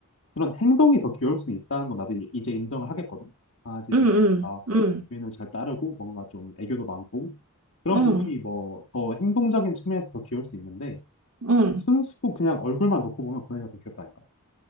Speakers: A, on the left; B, on the right.
A: 그런 행동이 더 귀여울 수는 있다는 건 나도 이- 이제 인정을 하겠거든. 강아지들은
B: 음, 음,
A: 다
B: 음,
A: 주인을 잘 따르고 뭔가 좀 애교도 많고 그런
B: 음,
A: 부분이 뭐 더 행동적인 측면에서 더 귀여울 수 있는데
B: 음.
A: 순수 그냥 얼굴만 놓고 보면 고양이가 더 귀엽다니까.